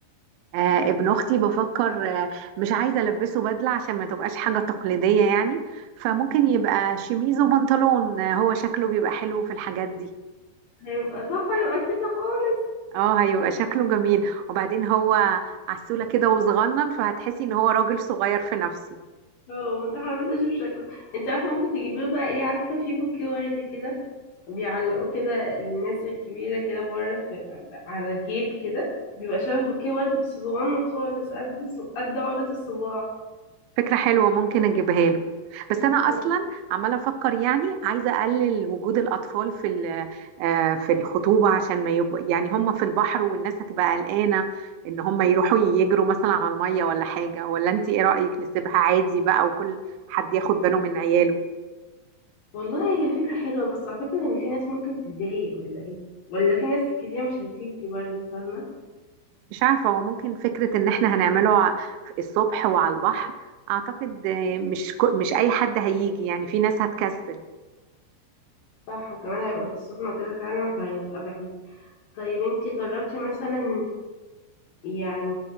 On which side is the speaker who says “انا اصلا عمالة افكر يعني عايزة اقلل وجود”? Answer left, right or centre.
Right